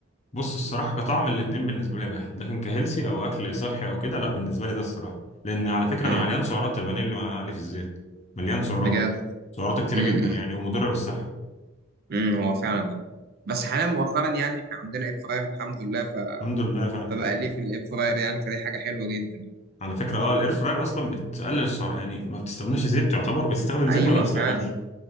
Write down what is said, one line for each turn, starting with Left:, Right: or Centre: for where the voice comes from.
Left: بص الصراحه كطعم الاتنين بالنسبه لي واحد لكن كهيلسي او اكل صحي او كده لا بالنسبه لي ده الصراحه لان على فكره
Right: امم
Left: ده مليان سعرات البانيه اللي مقلي في الزيت مليان سعرات
Right: بجد
Left: سعراته كتيره
Right: امم
Left: جدا
Right: أمم.
Left: يعني ومضره بالصحه
Right: أمم، هو فعلا اه بس حاليا مؤخرا يعني احنا عندنا اير فراير الحمد لله ف...
Left: الحمد لله
Right: فبقى ليه في الاير فراير يعني فدي حاجه حلوه جدا
Left: على فكرة اه الاير فراير اصلا بتقلل السعر يعني ما بتستخدمش زيت تعتبر بتستخدم
Right: ايوه
Left: زيت ولا ما بتستخدمش
Right: فعلا